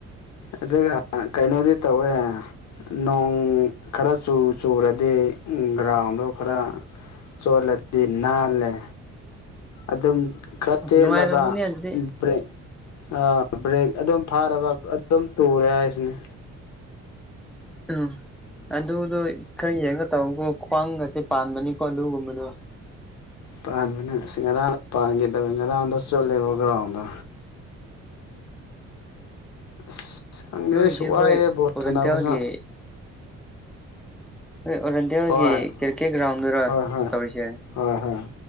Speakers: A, on the left; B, in the centre.
A: ꯑꯗꯨꯒ ꯀꯩꯅꯣꯗꯤ ꯇꯧꯋꯦ ꯅꯣꯡ ꯈꯔ ꯆꯨ ꯆꯨꯔꯗꯤ ꯒ꯭ꯔꯥꯎꯟꯗꯣ ꯈꯔ ꯆꯣꯠꯂꯗꯤ ꯅꯥꯜꯂꯦ ꯑꯗꯨꯝ ꯈꯔ ꯆꯦꯜꯂꯕ
B: ꯅꯨꯡꯉꯥꯏꯔꯝꯒꯅꯤ ꯑꯗꯨꯗꯤ
A: ꯕ꯭ꯔꯦꯛ ꯑꯥ ꯕ꯭ꯔꯦꯛ ꯑꯗꯨꯝ ꯐꯥꯔꯕ ꯑꯗꯨꯝ ꯇꯨꯔꯦ ꯍꯥꯏꯁꯤꯅꯤ
B: ꯎꯝ ꯑꯗꯨꯗꯣ ꯈꯔ ꯌꯦꯡꯒ ꯇꯧꯋꯣꯀꯣ ꯈ꯭ꯋꯥꯡꯒꯁꯦ ꯄꯥꯟꯕꯅꯤꯀꯣ ꯑꯗꯨꯒꯨꯝꯕꯗꯣ
A: ꯄꯥꯟꯕꯅ ꯑꯁ ꯉꯔꯥꯡ ꯄꯥꯟꯒꯦ ꯇꯧꯋꯂ ꯉꯔꯥꯡꯗꯣ ꯆꯣꯠꯂꯦꯕ ꯒ꯭ꯔꯥꯎꯟꯗꯣ ꯑꯁ ꯈꯪꯗꯦ
B: ꯅꯣꯏꯁꯦ
A: ꯑꯁ
B: ꯑꯩꯈꯣꯏ
A: ꯋꯥꯏꯍꯦ ꯕꯣꯜ
B: ꯑꯣꯔꯦꯟꯇꯦꯜꯒꯤ
A: ꯁꯥꯟꯅꯕꯁꯨ
B: ꯅꯣꯏ ꯑꯣꯔꯦꯟꯇꯦꯜꯒꯤ
A: ꯍꯣꯏ
B: ꯀ꯭ꯔꯤꯀꯦꯠ ꯒ꯭ꯔꯥꯎꯟꯗꯨꯔꯣ
A: ꯍꯣꯏ ꯍꯣꯏ
B: ꯇꯧꯔꯤꯁꯦ
A: ꯍꯣꯏ ꯍꯣꯏ